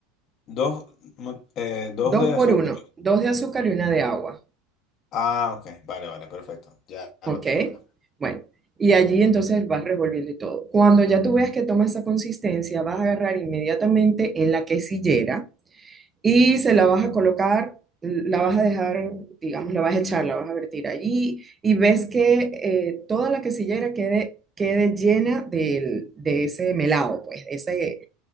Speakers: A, on the left (about 45°); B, on the right (about 15°).
A: Dos, mm, eh, dos
B: dos
A: de azúcar.
B: por uno, dos de azúcar y una de agua,
A: Ah, ok. Vale, vale, perfecto. Ya, ya
B: ¿ok?
A: lo tengo acá.
B: Bueno, y allí entonces vas revolviendo y todo. Cuando ya tú veas que toma esa consistencia, vas a agarrar inmediatamente en la quesillera y se la vas a colocar, la vas a dejar, digamos, la vas a echar, la vas a vertir allí y ves que eh, toda la quesillera quede, quede llena del- de ese melado, pues, de ese,